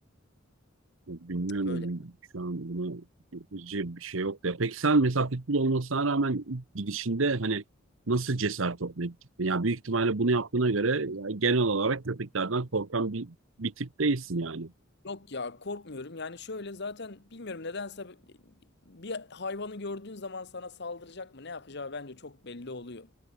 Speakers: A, on the right; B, on the left.
A: Ya Bilmiyorum
B: Öyle.
A: şu an buna yapıcı bir şey yok ya. Peki sen mesela futbol olmasına rağmen ilk gidişinde hani nasıl cesaret toplayıp gittin? Ya büyük ihtimalle bunu yaptığına göre ya genel olarak köpeklerden korkan bir, bir tip değilsin yani.
B: Yok ya korkmuyorum. Yani şöyle zaten bilmiyorum nedense bir hayvanı gördüğün zaman sana saldıracak mı ne yapacağı bence çok belli oluyor.